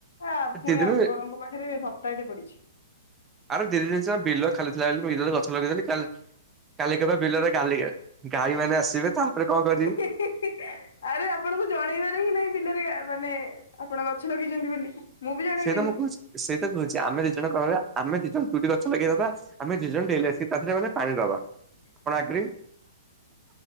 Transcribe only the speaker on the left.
ଆ
ପୁଣି
ଆପଣଙ୍କ ପାଖରେ ସପ୍ତାହଟେ ପଡିଛି।
<unintelligible> ଆରେ ଆପଣଙ୍କୁ ଜଣେଇବାରେ ହିଁ ନାହିଁ ବିଲରେ ମାନେ ଆପଣ ଗଛ ଲଗେଇଛନ୍ତି ବୋଲି। ମୁଁ ବି ଜଣେଇବିନି।